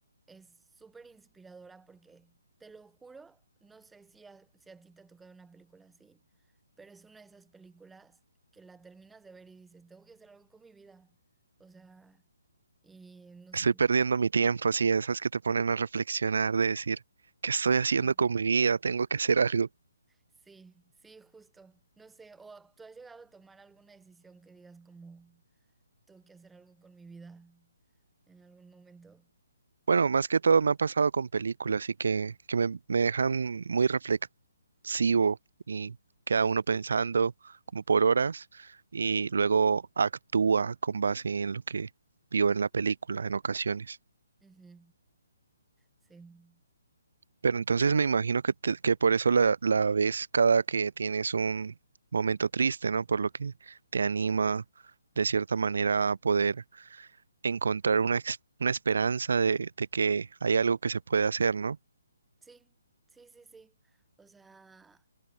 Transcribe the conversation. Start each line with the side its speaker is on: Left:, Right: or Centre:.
Centre: es súper inspiradora porque, te lo juro, no sé si a, si a ti te ha tocado una película así, pero es una de esas películas que la terminas de ver y dices, tengo que hacer algo con mi vida. O sea, y no
Right: Estoy
Centre: sé.
Right: perdiendo mi tiempo, así, esas que te ponen a reflexionar, de decir, ¿qué estoy
Centre: Ajá.
Right: haciendo con mi vida? Tengo que hacer algo.
Centre: Sí, sí, justo. No sé, o tú has llegado a tomar alguna decisión que digas como, tengo que hacer algo con mi vida en algún momento.
Right: Bueno, más que todo me ha pasado con películas, así que, que me, me dejan muy reflexivo y queda uno pensando como por horas y luego actúa con base en lo que vio en la película en ocasiones.
Centre: Ujú, Sí.
Right: Pero entonces me imagino que, te- que por eso la, la ves cada que tienes un momento triste, ¿no? Por lo que te anima de cierta manera a poder encontrar una, ex- una esperanza de, de que hay algo que se puede hacer, ¿no?
Centre: Sí, sí, sí, sí. O sea,